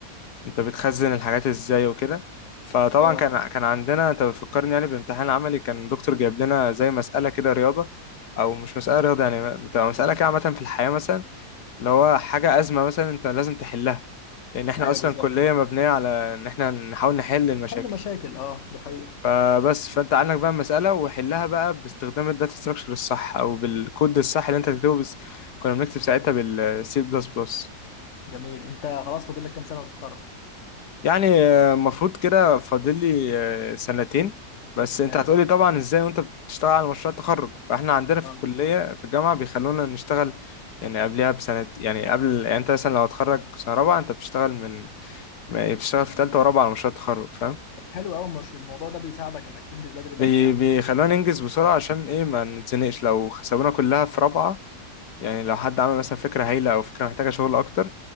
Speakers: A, on the left; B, on the left.
A: انت بتخزن الحاجات ازاي وكده فطبعا
B: اه
A: كان كان عندنا انت بتفكرني يعني بامتحان عملي كان دكتور جايب لنا زي مسألة كده رياضة او مش مسألة رياضة يعني بتبقى مسألة كده عامة في الحياة مثلا اللي هو حاجة أزمة مثلا انت لازم تحلها لان احنا
B: ايوه
A: اصلا
B: بالظبط
A: كلية مبنية على ان احنا نحاول نحل المشاكل
B: حل مشاكل اه دي حقيقه
A: فبس فانت عندك بقى المسألة وحلها بقى باستخدام الداتا ستراكشر الصح او بالكود الصح اللي انت تكتبه بس كنا بنكتب ساعتها بالسي بلس بلس
B: جميل انت خلاص فاضل لك كام سنه وتتخرج
A: يعني آه، المفروض كده فاضل لي آه، سنتين بس انت
B: حلو
A: هتقولي طبعا ازاي وانت بتشتغل على مشروع التخرج فاحنا عندنا في
B: اه
A: الكلية في الجامعة بيخلونا نشتغل يعني قبلها بسنة يعني قبل يعني انت مثلا لو هتخرج سنة رابعة انت بتشتغل من ما- بتشتغل في تالتة ورابعة على مشروع التخرج فاهم
B: طب حلو قوي مش الموضوع ده بيساعدك انك تنجز بدري بدري
A: بي...
B: يعني
A: بيخلونا ننجز بسرعة عشان ايه ما نتزنقش لو سابونا كلها في رابعة يعني لو حد عمل مثلا فكرة هايلة او فكرة محتاجة شغل اكتر